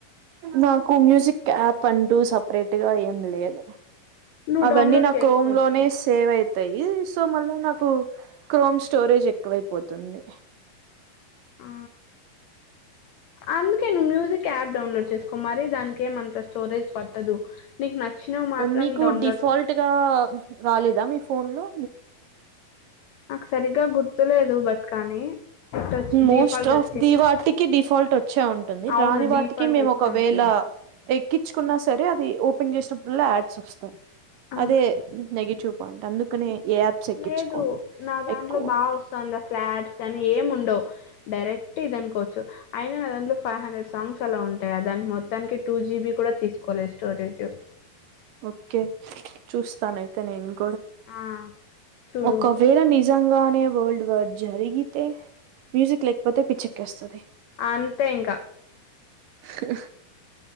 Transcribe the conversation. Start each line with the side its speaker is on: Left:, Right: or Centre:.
Right: నాకు మ్యూజిక్ యాప్ అంటూ సపరేట్ గా ఏం లేదు.
Left: నువ్వు
Right: అవన్నీ
Left: డౌన్‌లోడ్
Right: నా
Left: చేసుకోవచ్చు.
Right: క్రోమ్ లోనే సేవ్ అయి అతాయి సో మళ్ళా నాకు క్రోమ్ స్టోరేజ్ ఎక్కువైపోతుంది.
Left: ఆ! అందుకే ను్ మ్యూజిక్ యాప్ డౌన్లోడ్ చేసుకో మరి దానికి ఏమంత స్టోరేజ్ పట్టదు. నీకు నచ్చినవి మాత్రం
Right: మీకు
Left: డౌన్‌లోడ్
Right: డిఫాల్ట్గా
Left: చే
Right: రాలేదా మీ. ఫోన్లో
Left: అ సరిగా గుర్తు లేదు బట్ కానీ, ఇట్టొచ్చి
Right: మోస్ట్
Left: డిఫాల్ట్
Right: ఆఫ్
Left: వచ్చిందా?
Right: ది వాటికి డిఫాల్ట్ వచ్చే ఉంటుంది
Left: అవును.
Right: రాని వాటికి
Left: డిఫాల్ట్
Right: మేము
Left: వచ్చి
Right: ఒకవేళ
Left: ఉంటది.
Right: ఎక్కించుకున్నా సరే అది ఒప్ ఓపెన్ చేసినప్పుడుఆళ్ల యాడ్స్ వస్తాయి.
Left: ఆ!
Right: అదే నెగెటివ్ పాయింట్ అందుకనే ఏ యాప్స్ ఎక్కించుకోను
Left: లేదు నా దాంట్లో
Right: ఎక్కువ
Left: బాగా వస్తుంది అసలు యాడ్స్ కాని ఏము ఉండవ్ డైరెక్ట్ ఇదనుకోవచ్చు అయిన నా దాంట్లో ఫైవ్ హండ్రెడ్ సాంగ్స్ అలా ఉంటాయి. దానీ మొత్తానికి టూ జీబి కూడా తీసుకోలేదు స్టోరేజ్
Right: ఓకే చూస్తను అయితే నేను
Left: ఆ చూడు
Right: ఒకవేళ నిజంగానే వరల్డ్ వార్ జారిగితే మ్యూజిక్ లేకపోతే పిచ్చెకేస్తాది
Left: అంతే ఇంకా
Right: అ